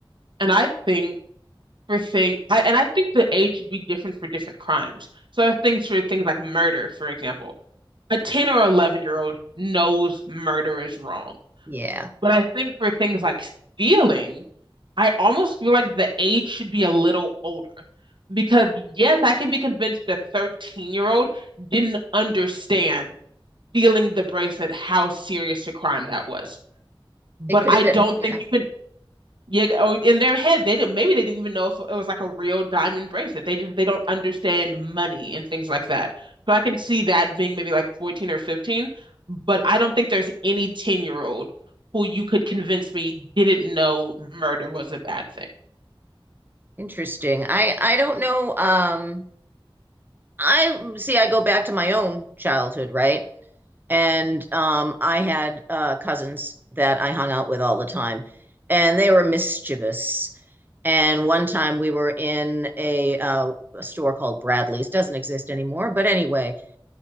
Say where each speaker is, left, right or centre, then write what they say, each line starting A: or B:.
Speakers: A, on the right (about 60°); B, on the right (about 20°).
A: And I think for thing, I, and I think the age should be different for different crimes. So I think for things like murder, for example, a 10 or 11 year old knows murder is wrong.
B: Yeah,
A: But I think for things like stealing, I almost feel like the age should be a little older because, yes, I can be convinced the 13-year-old didn't understand feeling the bracelet, how serious a crime that was. But
B: it could
A: I
B: have
A: don't
B: been. Yeah,
A: think you can, yeah, or in their head, they didn't, maybe they didn't even know if it was like a real diamond bracelet. They just, they don't understand money and things like that. So I can see that being maybe like 14 or 15, but I don't think there's any 10-year-old who you could convince me didn't know murder was a bad thing.
B: interesting. I I don't know. Um, I see. I go back to my own childhood, right? And um, I had uh, cousins that I hung out with all the time, and they were mischievous. And one time we were in a, uh, a store called Bradley's, doesn't exist anymore, but anyway,